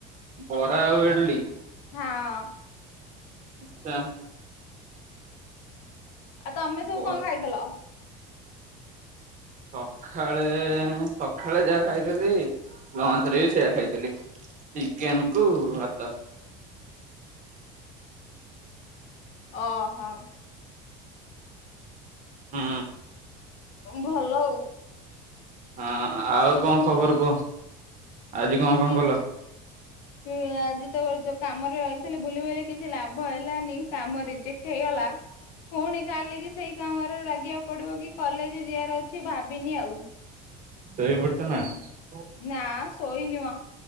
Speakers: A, on the right; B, on the left.
A: ବରା ଆଉ ଇଡିଲ।
B: ହଁ।
A: ଆଛା।
B: ଆଉ ତମେ ସବୁ
A: ବ
B: କଣ ଖାଇଥିଲ।
A: ସଖାଳେ ସଖାଳେ ଯାହା ଖାଇଥିଲି। ଲଞ୍ଚ ରେ ବି ସେଇଆା ଖାଇଥିଲି ଚିକେନ କୁ ଭାତ।
B: ଓ ହ।
A: ହୁଁ।
B: ଉଁ ଭଲ ଆଉ।
A: ହଁ ଆଉ କଣ ଖବର କୁହ। ଆଜି କଣ କଣ
B: କି‌
A: କଲ?
B: କିଏ ଆଜିତ । କାମରେ ରହିଥିଲି ବୁଲି ବାଲି କିଛି ଲାଭ ହେଲାନି କାମ ରିଜେକ୍ଟ ହେଇଗଲା। ପୁଣି କାଲିକି ସେଇ କାମରେ ଲାଗିବାକୁ ପଡିବ କି କଲେଜ ଯିବାର ଅଛି ଭାବିନି ଆଉ।
A: ଶୋଇ ପଡ଼ିଚନ ।
B: ନା ଶୋଇନି ମ।